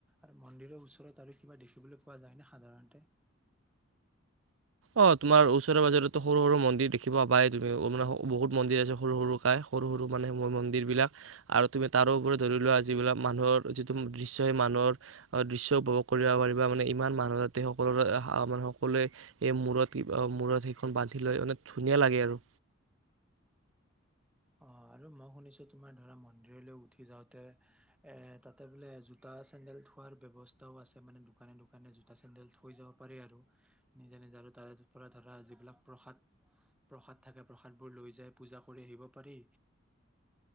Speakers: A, in the centre; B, on the right.
A: আৰু মন্দিৰৰ ওচৰত আৰু কিবা দেখিবলৈ পোৱা যায়নে সাধাৰণতে?
B: অ' তোমাৰ ওচৰে পাজৰেটো সৰু সৰু মন্দিৰ দেখিব পায় তুমি মানে বহুত মন্দিৰ আছে। সৰু সৰু কাই সৰু -সৰু মানে মন্দিৰ বিলাক আৰু তুমি তাৰোপৰি ধৰি লোৱা যিবিলাক মানুহৰ যিটো দৃশ্য সেই মানুহৰ দৃশ্য উপভোগ কৰিব পাৰিবা মানে ইমান মানুহৰ যাতে সকলোৰে মান সকলোৱে এই মূৰত -মূৰত সেইখন বান্ধি লৈ মানে ধুনীয়া লাগে আৰু
A: অ 'আৰু মই শুনিছো তোমাৰ ধৰা মন্দিৰলৈ উঠি যাওঁতে এ তাতে বোলে জোতা চেন্দেল থোৱাৰ ব্যয়ৱস্থাও আছে মানে দোকানে দোকানে জোতা চেন্দেল থৈ যাব পাৰি আৰু নিজে নিজে আৰু তাৰে পৰা ধৰা যিবিলাক প্ৰসাদ -প্ৰসাদ থাকে প্ৰসাদবোৰ লৈ যায় পূজা কৰি আহিব। পাৰি।